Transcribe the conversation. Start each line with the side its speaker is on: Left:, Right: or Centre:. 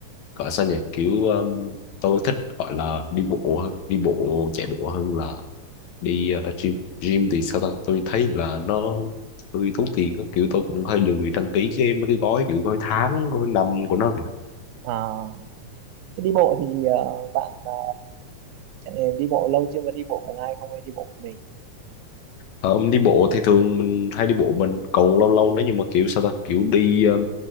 Left: gọi sao nhỉ kiểu um, tôi thích gọi là đi bộ hơn đi bộ chạy bộ hơn là đi ờ, gym gym thì sao ta tôi thấy là nó tôi tốn tiền á kiểu tôi cũng hơi lười đăng ký cái mấy cái gói kiểu gói tháng gói năm của nó kìa
Right: à, thế đi bộ thì ờ, bạn ờ, chạy, đi bộ lâu chưa có đi bộ cùng ai không hay đi bộ một mình
Left: ờ, đi bộ thì thường mình hay đi bộ mình còn lâu lâu nếu như mà kiểu sao ta kiểu đi ờ,